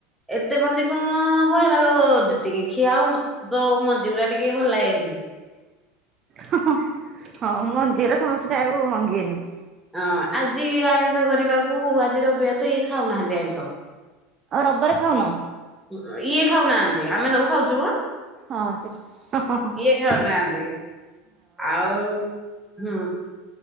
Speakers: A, in the centre; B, on the right.
A: ଏତେ ମଞ୍ଜି କଣ? ହଁ ଏଗୁଡ଼ାକ ଯେତିକି ଖିଆ ଆଉ ମତେ ତ ମଞ୍ଜି ଗୁୁରା ଟିକେ ଭଲ ଲାଗେନି।
B: ହଁ ହଁ। ହଁ ମଞ୍ଜିର ସମସ୍ତେ ଖାଇବାକୁ ମଙ୍ଗେନି।
A: ହଁ ଆଜିକି ଆଇଁଷ କରିବାକୁ, ଆଜି ରବିବାର ତ ଇଏ ଖାଉନାହାନ୍ତି ଆଇଁଷ।
B: ଆଉ ରବବାରେ ଖାଉନ?
A: ଉମ ଇଏ ଖାଉନାହାନ୍ତି। ଆମେ ସବୁ ଖାଉଛୁ ମ।
B: ହଁ ସେସ ହଁ ହଁ ହଁ।
A: ଇଏ ଖାଉନାହାନ୍ତି। ଆଉ ହୁଁ।